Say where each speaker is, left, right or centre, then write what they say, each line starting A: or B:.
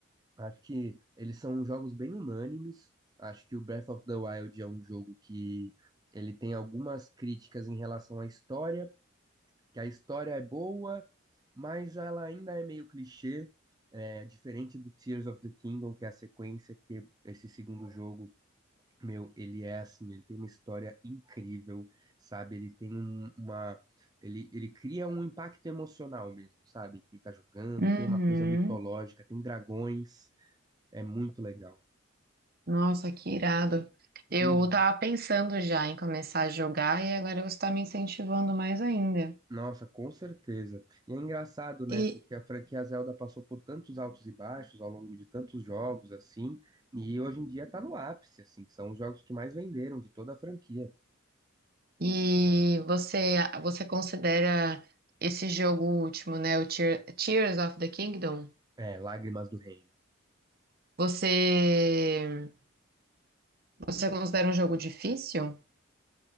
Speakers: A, on the right; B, on the right.
A: acho que eles são jogos bem unânimes. Acho que o Breath of the Wild é um jogo que ele tem algumas críticas em relação à história, que a história é boa, mas ela ainda é meio clichê, é, diferente do Tears of the Kingdom, que é a sequência que esse segundo jogo, meu, ele é assim, ele tem uma história incrível, sabe? Ele tem um- uma, ele, ele cria um impacto emocional mesmo, sabe? Quem tá jogando,
B: Uhum.
A: tem uma coisa mitológica, tem dragões, é muito legal.
B: Nossa, que irado. Eu
A: Uhum.
B: tava pensando já em começar a jogar e agora você tá me incentivando mais ainda.
A: Nossa, com certeza. E é engraçado, né?
B: E,
A: Porque a franquia Zelda passou por tantos altos e baixos ao longo de tantos jogos, assim, e hoje em dia tá no ápice, assim, são os jogos que mais venderam de toda a franquia.
B: e você, você considera esse jogo último, né? O Tear- Tears of the Kingdom?
A: É, Lágrimas do Reino.
B: Você, você considera um jogo difícil?